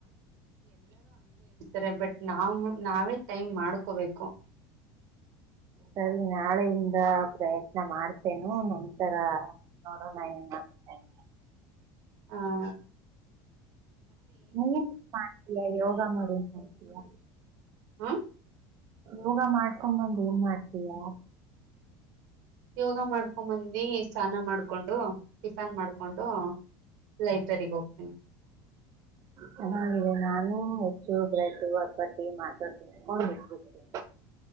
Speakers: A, on the right; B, on the right.
A: ರೆ ಬಟ್ ನಾವು ನಾವೇ ಟೈಮ್ ಮಾಡ್ಕೋಬೇಕು.
B: ಸರಿ ನಾಳೆಯಿಂದ ಪ್ರಯತ್ನ ಮಾಡ್ತೇನು ನಂತರ ನೋಡೋಣ ಏನ್ ಮಾಡುತ್ತೇನೆ ಅಂತ.
A: ಹಾ
B: ನೀ ಮಾಡ್ತೀಯ ಯೋಗಾ ಮಾಡು ಅಂತೀಯಾ.
A: ಹೂ
B: ಯೋಗ ಮಾಡ್ಕೊಂಡ ಬಂದ್ ಏನ್ ಮಾಡ್ತೀಯಾ
A: ಯೋಗ ಮಾಡ್ಕೊಂಬಂದಿ ಸ್ನಾನ ಮಾಡ್ಕೊಂಡು ಟಿಫನ್ ಮಾಡ್ಕೊಂಡು ಲೈಬ್ರರಿಗೆ ಹೋಗ್ತೀನಿ
B: ಚೆನ್ನಾಗಿದೆ ನಾನು ಹೆಚ್ಚು ಬ್ರಡ್ ಅಪಟ್ಟಿ ಮಾತಾಡ ತಿಂಕೊಂತಾ ಇದಬಿಡ್ತೀನಿ.